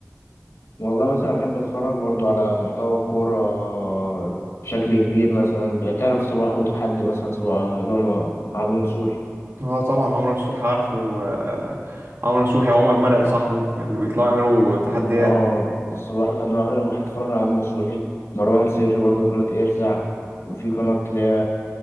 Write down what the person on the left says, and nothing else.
والله مثلا بحب اتفرج برضو على محتوى الكورة بشكل كبير مثلا بتعرف صباح وتحدي مثلا صباح اللي هو عمرو نصوحي
اه صباح وتحد معامل وحيد اتفرج على عامر نصوحي مروان سري برضه قناة ارزع وفي قناة اللي هي